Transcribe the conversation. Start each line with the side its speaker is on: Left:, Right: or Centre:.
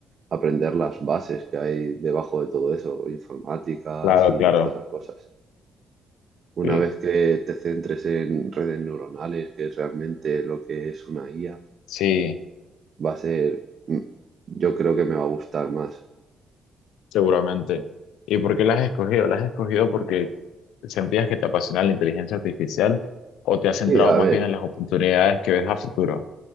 Right: aprender las bases que hay debajo de todo eso, informáticas
Left: Claro,
Right: y
Left: claro,
Right: todas esas cosas.
Left: sí.
Right: Una vez que te centres en redes neuronales, que es realmente lo que es una IA,
Left: Sí,
Right: va a ser, mm, yo creo que me va a gustar más.
Left: seguramente. ¿Y por qué las has escogido? ¿Las has escogido porque sentías que te apasiona la inteligencia artificial o te has
Right: Sí,
Left: centrado
Right: a
Left: más
Right: ver,
Left: bien en las oportunidades que ves a futuro?